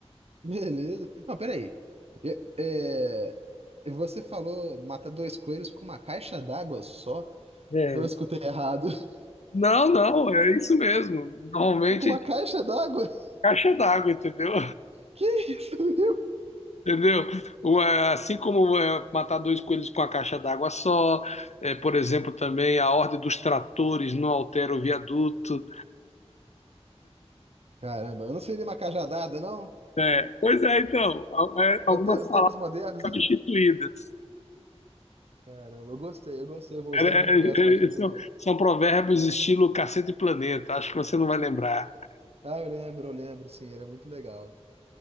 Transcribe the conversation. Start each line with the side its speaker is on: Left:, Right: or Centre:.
Right: Beleza. Não, peraí. Eu- é, você falou matar dois coelhos com uma caixa d'água só?
Left: É.
Right: Eu escutei errado. <laughs>
Left: Não, não, é isso mesmo. Normalmente
Right: Com
Left: é
Right: uma
Left: de
Right: caixa d'água? <laughs>
Left: caixa d'água, entendeu?
Right: Que isso, meu?
Left: Entendeu? O, é, Assim como é, matar dois coelhos com a caixa d'água só, é, por exemplo, também a ordem dos tratores não altera o viaduto.
Right: Caramba, eu não seria uma cajadada, não?
Left: É, pois é, então, al- é,
Right: Eu
Left: algumas
Right: te- Os
Left: palavras
Right: tempos modernos, né?
Left: substituídas.
Right: Caramba, eu gostei, eu gostei. Eu vou usar
Left: É, é,
Right: muito essa a partir
Left: é,
Right: de
Left: são,
Right: agora.
Left: são provérbios estilo Cacete e Planeta, acho que você não vai lembrar.
Right: Ah, eu lembro, eu lembro, sim, era muito legal.